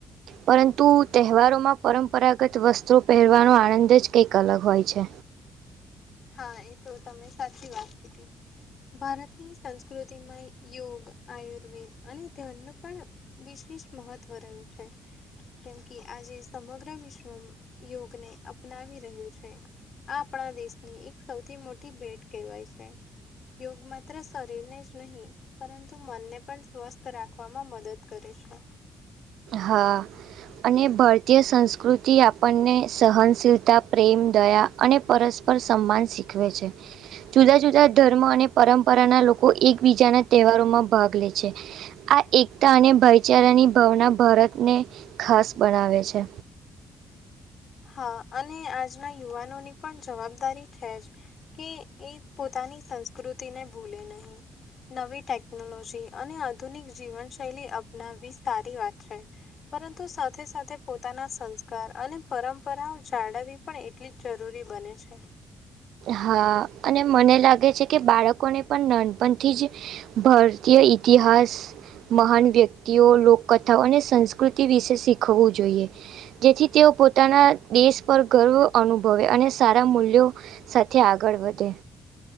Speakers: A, on the right (about 75°); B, on the left (about 50°).
A: પરંતુ તહેવારોમાં પરંપરાગત વસ્ત્રો પહેરવાનો આનંદ જ કંઈક અલગ હોય છે.
B: હા, એ તો તમે સાચી વાત કીધી. ભારતની સંસ્કૃતિમાં યોગ, આયુર્વેદ અને ધર્મ પણ વિશેષ મહત્વ રહ્યું છે. જેમ કે આજે સમગ્ર વિશ્વ યોગને અપનાવી રહ્યું છે. આ આપણા દેશની એક સૌથી મોટી ભેટ કહેવાય છે. યોગ માત્ર શરીરને જ નહીં પરંતુ મનને પણ સ્વસ્થ રાખવામાં મદદ કરે છે.
A: હા... અને ભારતીય સંસ્કૃતિ આપણને સહનશીલતા, પ્રેમ, દયા અને પરસ પર સન્માન શીખવે છે. જુદા જુદા ધર્મ અને પરંપરાના લોકો એકબીજાના તહેવારોમાં ભાગ લે છે. આ એકતા અને ભાઈચારાની ભાવના ભારતને ખાસ બનાવે છે.
B: હા અને આજના યુવાનોની પણ જવાબદારી છે જ કે એ પોતાની સંસ્કૃતિને ભૂલે નહીં. નવી ટેકનોલોજી અને આધુનિક જીવનશૈલી અપનાવવી સારી વાત છે. પરંતુ સાથે- સાથે પોતાના સંસ્કાર અને પરંપરાઓ જાળવવી પણ એટલી જ જરૂરી બને છે.
A: હા. અને મને લાગે છે કે બાળકોને પન નાનપનથી જ ભરતીય ઇતિહાસ મહાન વ્યકિતઓ, લોકકથાઓ અને સંસ્કૃતિ વિશે શીખવવું જોઈએ. જેથી તેઓ પોતાના દેશ પર ગર્વ અનુભવે. અને સારા મૂલ્યો સાથે આગળ વધે.